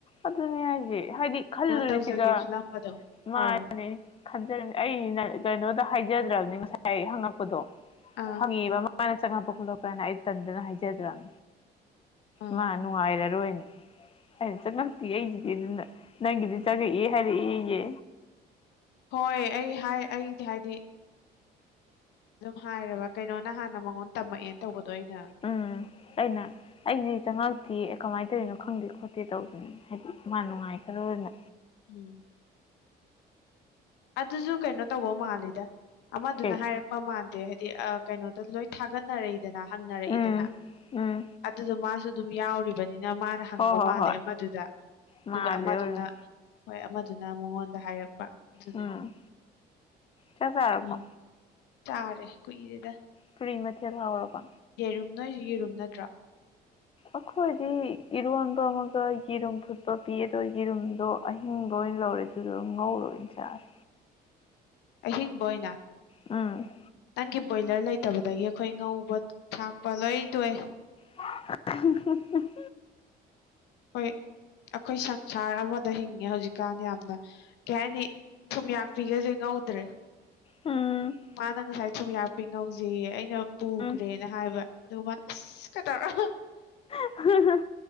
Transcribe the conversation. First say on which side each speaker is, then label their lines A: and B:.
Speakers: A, on the left; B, on the left.
A: ꯑꯗꯨꯅꯤ ꯍꯥꯏꯁꯦ ꯍꯥꯏꯗꯤ ꯈꯜꯂꯨꯔꯤꯁꯤꯒ
B: ꯇꯧꯖꯒꯦ ꯈꯜꯂꯝꯕꯗꯣ
A: ꯃꯥꯅꯦ
B: ꯑꯧ
A: ꯈꯟꯖꯔꯅꯤ ꯑꯩꯅ ꯀꯩꯅꯣꯗ ꯍꯥꯏꯖꯗ꯭ꯔꯕꯅꯤ ꯉꯁꯥꯏ ꯍꯪꯉꯛꯄꯗꯣ
B: ꯑꯥ
A: ꯐꯒꯤꯔꯣ ꯃꯥꯅ ꯆꯪꯉꯛꯄ ꯈꯣꯠꯂꯛꯄ ꯍꯥꯏꯅꯥ ꯑꯩ ꯇꯟꯗꯅ ꯍꯥꯏꯖꯗ꯭ꯔꯝ
B: ꯑꯥ
A: ꯃꯥ ꯅꯨꯡꯉꯥꯏꯔꯔꯣꯏꯅ ꯑꯩꯅ ꯆꯪꯉꯛꯇꯦ ꯑꯩꯒꯤꯗꯤ ꯑꯗꯨꯅ ꯅꯪꯒꯤꯗꯤ ꯆꯪꯉꯛꯑꯦ ꯍꯥꯏꯔꯛꯏꯌꯦ
B: ꯍꯣꯏ ꯑꯩ ꯍꯥꯏ ꯑꯩꯗꯤ ꯍꯥꯏꯗꯤ ꯑꯗꯨꯝ ꯍꯥꯏꯔꯕ ꯀꯩꯅꯣꯅ ꯍꯥꯟꯅ ꯃꯉꯣꯟ ꯇꯝꯃꯛꯑꯦꯅ ꯇꯧꯕꯗꯣ ꯑꯩꯅ
A: ꯎꯝ ꯑꯩꯅ ꯑꯩꯗꯤ ꯆꯪꯉꯛꯇꯤꯌꯦ ꯀꯃꯥꯏ ꯇꯧꯔꯤꯅꯣ ꯈꯪꯗꯦ ꯈꯣꯠꯇꯦ ꯇꯧꯒꯤꯝꯅꯤ ꯍꯥꯏꯗꯤ ꯃꯥ ꯅꯨꯡꯉꯥꯏꯈ꯭ꯔꯣꯏꯅ
B: ꯎꯝ ꯑꯗꯨꯁꯨ ꯀꯩꯅꯣ ꯇꯧꯕ ꯃꯥꯜꯂꯤꯗ ꯑꯃꯗꯨꯅ
A: ꯀꯩ
B: ꯍꯥꯏꯔꯛꯄ ꯃꯥꯟꯗꯦ ꯍꯥꯏꯗꯤ ꯑꯥ ꯀꯩꯅꯣꯗ ꯂꯣꯏ ꯊꯥꯒꯠꯅꯔꯛꯏꯗꯅ ꯍꯪꯅꯔꯛꯏꯗꯅ
A: ꯎꯝ ꯎꯝ
B: ꯑꯗꯨꯗ ꯃꯥꯁꯨ ꯑꯗꯨꯝ ꯌꯥꯎꯔꯤꯕꯅꯤꯅ ꯃꯥꯅ ꯍꯪꯕ
A: ꯍꯣꯏ ꯍꯣꯏ
B: ꯃꯥꯜꯂꯦ
A: ꯍꯣꯏ
B: ꯑꯃꯗꯨꯗ ꯑꯗꯨꯒ
A: ꯃꯥꯜꯂꯦ
B: ꯑꯃꯗꯨꯅ
A: ꯑꯣꯏꯔꯝ
B: ꯍꯣꯏ ꯑꯃꯗꯨꯅ ꯃꯉꯣꯟꯗ ꯍꯥꯏꯔꯛꯄ ꯑꯗꯨꯗꯒꯤ
A: ꯎꯝ ꯆꯥꯛ ꯆꯥꯔꯕꯣ
B: ꯑꯩꯉꯣꯟ ꯆꯥꯔꯦ ꯀꯨꯏꯔꯦꯗ
A: ꯐꯨꯔꯤ ꯃꯊꯦꯜ ꯍꯥꯎꯔꯕ
B: ꯌꯦꯔꯨꯝ ꯅꯣꯏ ꯌꯦꯔꯨꯝ ꯅꯠꯇ꯭ꯔꯣ
A: ꯑꯩꯈꯣꯏꯗꯤ ꯏꯔꯣꯟꯕ ꯑꯃꯒ ꯌꯦꯔꯨꯝ ꯐꯨꯠꯄ ꯄꯤ ꯑꯗꯣ ꯌꯦꯔꯨꯝꯗꯣ ꯑꯍꯤꯡꯕ ꯑꯣꯏꯅ ꯂꯧꯔꯦ ꯑꯗꯨꯗ ꯉꯧꯔ ꯑꯣꯏꯅ ꯆꯥꯔꯦ
B: ꯑꯍꯤꯡꯕ ꯑꯣꯏꯅ
A: ꯎꯝ
B: ꯅꯪꯒꯤ ꯕꯣꯏꯂꯔ ꯂꯩꯇꯕꯗꯒꯤ ꯑꯩꯈꯣꯏ ꯉꯧꯕ ꯊꯥꯛꯄ ꯂꯣꯏ ꯇꯣꯏꯑ
A: <unintelligible>
B: ꯍꯣꯏ ꯑꯩꯈꯣꯏ ꯁꯪꯁꯥꯔ ꯑꯃꯗ ꯍꯤꯡꯉꯦ ꯍꯧꯖꯤꯛꯀꯥꯟ ꯌꯥꯝꯅ ꯀꯩ ꯍꯥꯏꯅꯤ ꯊꯨꯝꯌꯥꯛꯄꯤꯒꯁꯦ ꯉꯧꯗ꯭ꯔꯦ
A: ꯎꯝ
B: ꯃꯥꯅ ꯉꯁꯥꯏ ꯁꯨꯝ ꯌꯥꯛꯄꯤ ꯉꯧꯁꯌꯦ ꯑꯩꯅ ꯄꯨꯈ꯭ꯔꯦ
A: ꯎꯝ
B: ꯍꯥꯏꯕ ꯑꯗꯨ ꯃꯥꯅ ꯑꯁ ꯀ ꯇꯧꯔ
A: ꯍ ꯍ